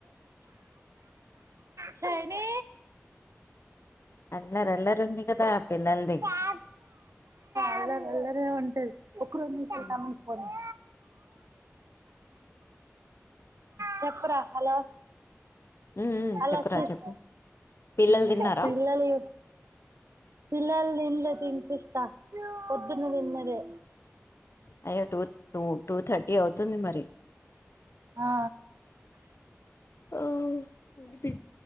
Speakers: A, on the right (about 80°); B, on the left (about 60°).
A: శని
B: అల్లరి అల్లరి ఉంది. కదా పిల్లలది
A: ఆ అల్లరి అల్లరే ఉం టది. ఒక్క రెండునిమిషాలు
B: ఉమ్
A: తమ్మునికి ఫోన్ ఇయి. చెప్పరా హలో.
B: ఉమ్
A: హలో
B: చెప్పురా
A: సిస్
B: చెప్పు పిల్లలు
A: హ్
B: తిన్నారా
A: పిల్లలు పిల్లలు తిన్లే తినిపిస్తా పోద్దున తిన్నదే.
B: అయ్యో టు టూ టూథర్టీ అవుతుంది మరి.
A: ఆ
B: ఆ ఏంది